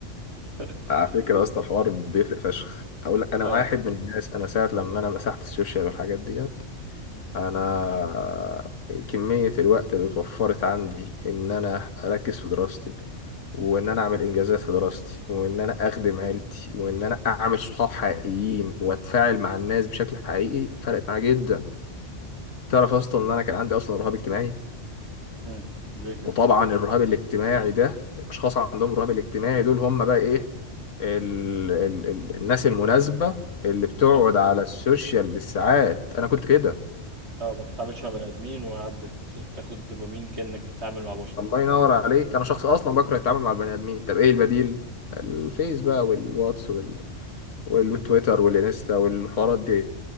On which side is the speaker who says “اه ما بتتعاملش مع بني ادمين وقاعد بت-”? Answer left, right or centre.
Right